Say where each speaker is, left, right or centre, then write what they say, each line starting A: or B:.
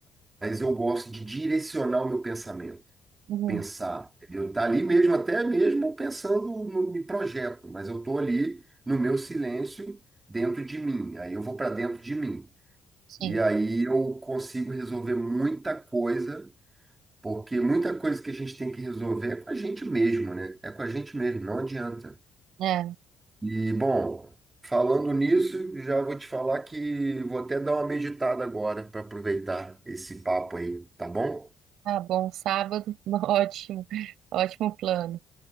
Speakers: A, on the right; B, on the right.
A: Mas eu gosto de direcionar o meu pensamento
B: uhum,
A: pensar. Eu tá ali mesmo, até mesmo pensando no, em projeto, mas eu tô ali no meu silêncio, dentro de mim. Aí eu vou para dentro de mim.
B: sim.
A: E aí eu consigo resolver muita coisa, porque muita coisa que a gente tem que resolver é com a gente mesmo, né? É com a gente mesmo, não adianta.
B: É,
A: E, bom, falando nisso, já vou te falar que vou até dar uma meditada agora para aproveitar esse papo aí, tá bom?
B: tá bom, sábado, <laughs> ótimo, ótimo plano.